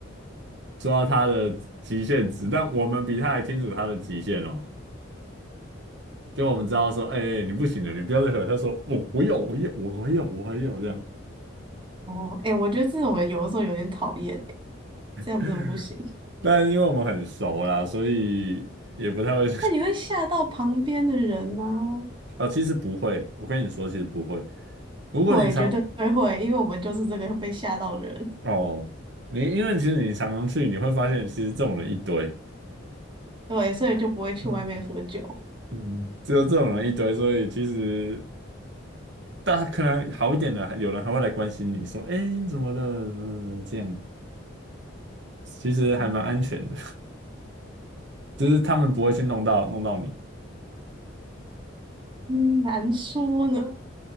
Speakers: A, on the right (about 60°); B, on the right (about 25°).
A: 抓他的极限值，但我们比他还清楚他的极限哦，就我们知道说，哎、哎你不行了，你不要再喝，他说我我要我要我还要我还要这样。
B: 哦，哎、我觉得这种人有的时候有点讨厌欸，这样真的不行。
A: <laughs> 但因为我们很熟啦，所以也不太会
B: <laughs> 那你会吓到旁边的人呢、
A: <laughs> 哦，其实不会，我跟你说，其实不会，如果你常
B: 会，绝对会，因为我们就是这个被吓到的人，
A: 哦，你因为其实你常常去，你会发现其实这种人一堆，
B: 对，所以就不会去外面喝酒。
A: 嗯嗯，只有这种人一堆，所以其实大家可能好一点的，还有人还会来关心你说，哎，怎么了？嗯，这样其实还蛮安全的，
B: 嗯，
A: <laughs> 就是他们不会去弄到弄到你。
B: 嗯难说呢。